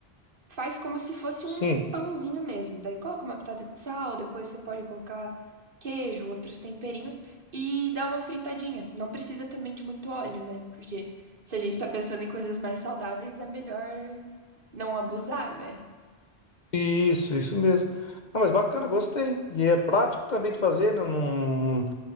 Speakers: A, on the right; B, on the left.
A: faz como se fosse
B: sim.
A: um pãozinho mesmo. Daí coloca uma pitada de sal, depois você pode colocar queijo, outros temperinhos e dá uma fritadinha. Não precisa também de muito óleo, né? Porque se a gente tá pensando em coisas mais saudáveis, é melhor não abusar, né?
B: Isso, isso mesmo. Não, mas bacana, gostei. E é prático também de fazer, não, não,